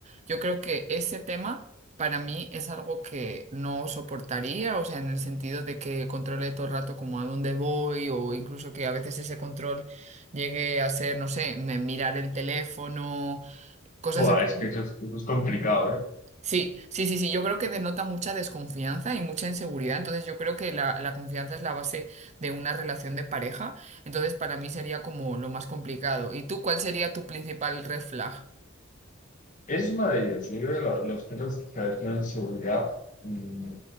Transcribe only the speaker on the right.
Yo creo que ese tema para mí es algo que no soportaría, o sea, en el sentido de que controle todo el rato como a dónde voy o incluso que a veces ese control llegue a ser, no sé, me- mirar el teléfono, cosas
así
Sí, sí, sí, sí, yo creo que
denota mucha desconfianza y mucha inseguridad, entonces yo creo que la, la confianza es la base de una relación de pareja, entonces para mí sería como lo más complicado. ¿Y tú cuál sería tu principal red flag?